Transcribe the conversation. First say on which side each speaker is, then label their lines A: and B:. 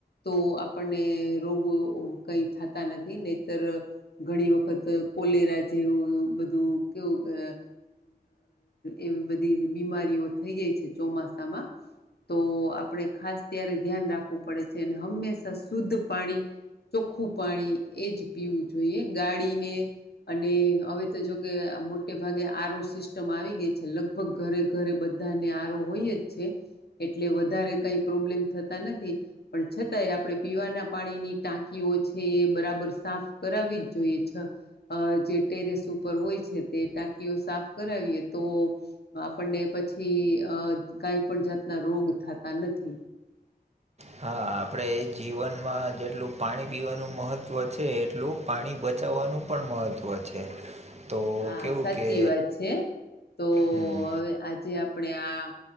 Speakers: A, on the left (about 75°); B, on the right (about 40°).
A: તો આપણને રોગો કઈ થતા નથી નેતર. ઘણી વખત કોલેરા જેવું બધું કેવું. એવી બધી બીમારીઓ થઈ જાય છે ચોમાસામાં. તો આપણે ખાસ ત્યારે ધ્યાન રાખવું પડે છે અને હંમેશા શુદ્ધ પાણી. ચોખ્ખું પાણી એ જ પીવું જોઈએ ગાડીને. અને હવે તો જોકે મોટે ભાગે આરો સિસ્ટમ આવી ગઈ છે લગ. લગભગ ઘરે ઘરે બધાને આરો હોય જ છે. એટલે વધારે કઈ પ્રોબ્લેમ થતા નથી પણ છતાંય આપણે પીવાના પાણીની ટાંકી. છે એ બરાબર સાફ કરાવી જ જોઈએ છે. અ જે ટેરેસ ઉપર હોય છે તે ટાંકીઓ સાફ કરાવીએ તો. આપણને પછી અ કઈ પણ જાતના રોગ થતા નથી.
B: હા આપણે એ જીવનમાં જેટલું પાણી પીવાનું મહત્ત્વ છે એટલું. પાણી બચાવવાનું પણ મહત્ત્વ છે. તો
A: હા
B: કેવું
A: સાચી
B: કે
A: વાત છે. તો
B: હમ
A: હવે આજે આપણે આ.